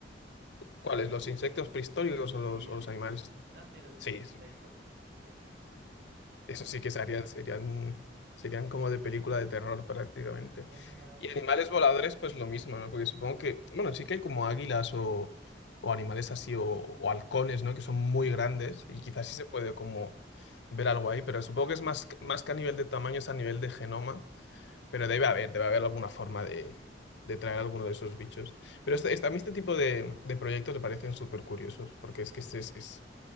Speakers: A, on the right (about 60°); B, on the left (about 80°).
A: Y pss,
B: ¿Cuáles? ¿Los insectos prehistóricos o los,
A: sí,
B: o
A: sí,
B: los
A: sí.
B: animales? estos?
A: No, sí, los,
B: Sí,
A: los
B: sí,
A: insectos. Que pss, no, absurdísimo.
B: eso sí que serían, serían, serían como de película de terror prácticamente.
A: No,
B: Y
A: sopa.
B: animales voladores, pues lo mismo, ¿no? Porque supongo que, bueno, sí que hay como águilas o, o animales así, o, o halcones, ¿no? Que son muy grandes
A: Ujú.
B: y quizás sí se puede como ver algo ahí, pero supongo que es más, que- más que a nivel de tamaño, es a nivel de genoma, pero debe haber, debe haber alguna forma de, de traer alguno de esos bichos. Pero este- este- a mí este tipo de, de proyectos me parecen súper curiosos, porque es que es, es, es-